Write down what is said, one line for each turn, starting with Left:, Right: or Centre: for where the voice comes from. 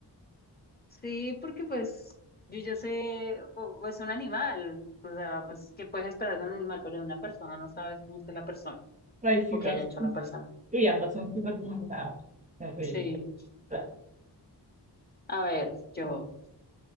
Left: Sí, porque pues yo ya sé, o- o es un animal, o sea, pues qué puedes esperar de un animal, pero de una persona no sabes cómo está la persona
Right: Ay, sí,
Left: o
Right: gas.
Left: qué haya hecho la persona.
Right: Uy, ambas son súper complicadas. Terrible.
Left: Sí,
Right: Ah,
Left: a ver, yo